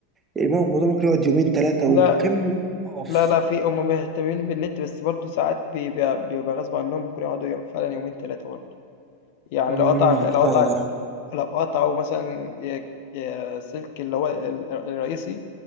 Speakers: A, on the right; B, on the left.
A: المو- الموضوع ممكن يقعد يومين ثلاثة
B: لأ،
A: وقمة اوف
B: لأ، لأ، في هم مهتمين بالنت بس برضه ساعات بيبقى بيبقى غصب عنهم ممكن يقعدوا يو فعلًا يومين 3 برضه. يعني
A: مم،
B: لو قطع لو
A: لا
B: قطع
A: لا لا
B: لو قطعوا مثلًا ي ي سلك اللي هو ال الرئيسي